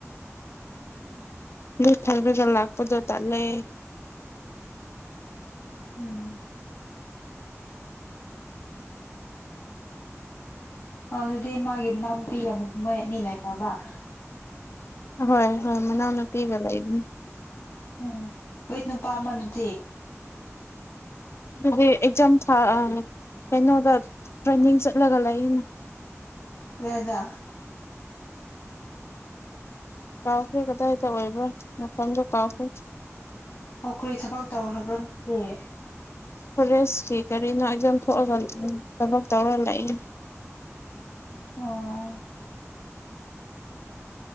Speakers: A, on the left; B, on the left.
A: ꯌꯨ ꯊꯛꯔꯒ ꯂꯥꯛꯄꯗꯣ ꯇꯜꯂꯦ
B: ꯎꯝ ꯑꯗꯨꯗꯤ ꯃꯥꯒꯤ ꯃꯅꯥꯎꯅꯨꯄꯤ ꯃꯣꯏ ꯑꯅꯤ ꯂꯩꯈꯔꯕꯔꯥ
A: ꯍꯣꯏ ꯍꯣꯏ ꯃꯅꯥꯎꯅꯨꯄꯤꯒ ꯂꯩꯕꯅꯤ
B: ꯎꯝ ꯍꯨꯏꯠ ꯅꯨꯄꯥ ꯑꯃꯗꯨꯗꯤ
A: ꯑꯗꯨꯗꯤ ꯑꯦꯛꯖꯝ ꯑꯥ ꯀꯩꯅꯣꯗ ꯇ꯭ꯔꯦꯟꯅꯤꯡ ꯆꯠꯂꯒ ꯂꯩꯌꯦꯅ
B: ꯀꯗꯥꯏꯗ
A: ꯀꯥꯎꯈ꯭ꯔꯦ ꯀꯗꯥꯏꯗ ꯑꯣꯏꯕ꯭ꯔꯥ ꯃꯐꯝꯗꯣ ꯀꯥꯎꯈ꯭ꯔꯦ
B: ꯑꯣ ꯀꯔꯤ ꯊꯕꯛ ꯇꯧꯈ꯭ꯔꯕ꯭ꯔꯣ ꯃꯥꯗꯤ
A: ꯐꯣꯔꯦꯁꯀꯤ ꯀꯔꯤꯅꯣ ꯑꯦꯛꯖꯝ ꯊꯣꯛꯑꯒ ꯊꯕꯛ ꯇꯧꯔ ꯂꯩꯌꯦ
B: ꯑꯣ